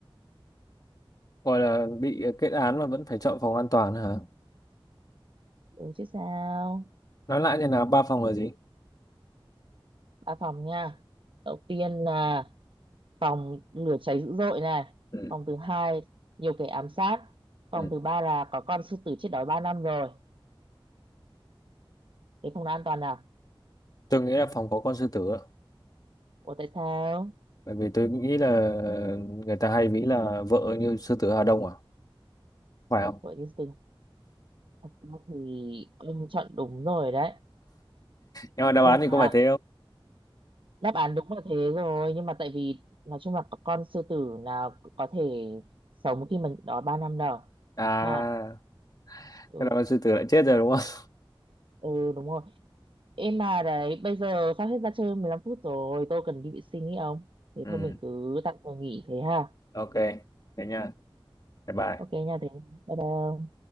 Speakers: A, on the left; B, on the right.
A: gọi là bị kết án mà vẫn phải chọn phòng an toàn hả
B: đúng chứ sao?
A: nói lại như là ba phòng là gì
B: Ba phòng nha. Đầu tiên là phòng lửa cháy dữ dội này.
A: Ừ.
B: Phòng thứ hai nhiều kẻ ám sát. Phòng
A: Ừ.
B: thứ ba là có con sư tử chết đói 3 năm rồi. Thế phòng nào an toàn nào?
A: tôi nghĩ là phòng có con sư tử ạ.
B: Ủa tại sao?
A: bởi vì tôi nghĩ là người ta hay nghĩ là vợ như sư tử Hà Đông à phải không
B: Vậy thì từ thật ra thì ông chọn đúng rồi đấy.
A: nhưng mà đáp
B: Nhưng
A: án thì
B: mà
A: có phải thế không
B: đáp án đúng là thế rồi. Nhưng mà tại vì nói chung là có con sư tử nào cũng có thể sống khi mình đó 3 năm đâu.
A: à
B: Ha. Ừ.
A: thế là con sư tử lại chết rồi đúng không
B: ừ đúng rồi. Em mà đấy, bây giờ sắp hết ra chơi 15 phút rồi. Tôi cần đi vệ sinh ý ông. Thế
A: <laughs> ừ
B: thôi mình cứ tạm thời nghỉ thế ha.
A: ok thế nha Bye bye.
B: Ok nha, thế bye bye. ông.